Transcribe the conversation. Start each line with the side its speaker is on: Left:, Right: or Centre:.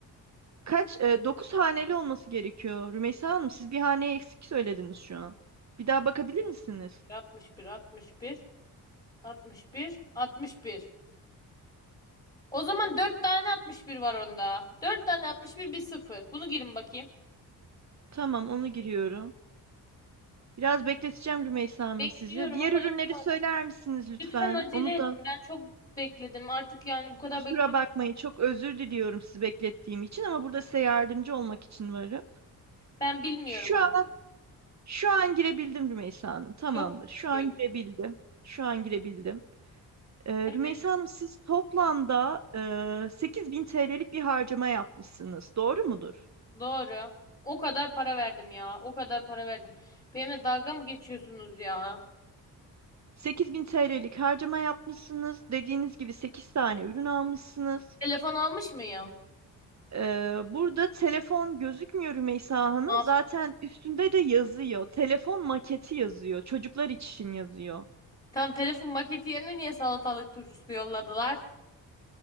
Right: Kaç? E, dokuz haneli olması gerekiyor. Rümeysa Hanım siz bir haneyi eksik söylediniz şu an. Bir daha bakabilir misiniz?
Left: 61 61 61 61. O zaman 4 tane 61 var onda. 4 tane 61 bir bir sıfır. Bunu girin bakayım.
Right: Tamam onu giriyorum. Biraz bekleteceğim Rümeysa Hanım
Left: Bekliyorum
Right: sizi. Diğer
Left: ama
Right: ürünleri
Left: lütfen,
Right: söyler misiniz lütfen?
Left: lütfen acele
Right: Onu
Left: edin.
Right: da
Left: Ben çok bekledim. Artık yani bu kadar
Right: kusura
Left: beklemek
Right: bakmayın. Çok özür diliyorum sizi beklettiğim için ama burada size yardımcı olmak için varım.
Left: ben bilmiyorum
Right: Şu
Left: artık.
Right: an, şu an girebildim Rümeysa Hanım. Tamamdır.
Left: Çok yüküyorum.
Right: Şu an girebildim. Şu an girebildim. Ee,
Left: Evet.
Right: Rümeysa Hanım siz toplamda e, 8000 TL'lik bir harcama yapmışsınız. Doğru mudur?
Left: Doğru. O kadar para verdim ya. O kadar para verdim. Benimle dalga mı geçiyorsunuz ya?
Right: 8000 TL'lik harcama yapmışsınız. Dediğiniz gibi 8 tane ürün almışsınız.
Left: Telefon almış mıyım?
Right: Ee, burada telefon gözükmüyor Rümeysa Hanım.
Left: As.
Right: Zaten üstünde de yazıyor. Telefon maketi yazıyor. Çocuklar için yazıyor.
Left: Tam telefon maketi yerine niye salatalık turşusu yolladılar?